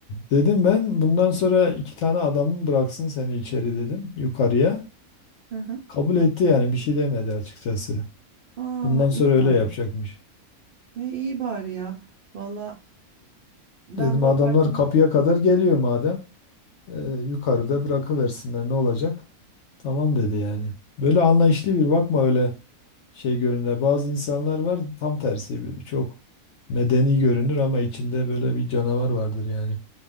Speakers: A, on the left; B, on the right.
A: Dedim ben bundan sonra iki tane adamın bıraksın seni içeri dedim yukarıya.
B: Hı hı.
A: Kabul etti yani bir şey demedi açıkçası.
B: Aa
A: Bundan sonra
B: iyi
A: öyle
B: bari.
A: yapacakmış.
B: E, iyi bari ya. Valla ben
A: Dedim
B: bu
A: adamlar
B: apartmanı
A: kapıya kadar geliyor madem. e, yukarıda bırakıversinler ne olacak? Tamam dedi yani. Böyle anlayışlı bir bakma öyle şey görünür. Bazı insanlar var tam tersi çok medeni görünür ama içinde böyle bir canavar vardır yani.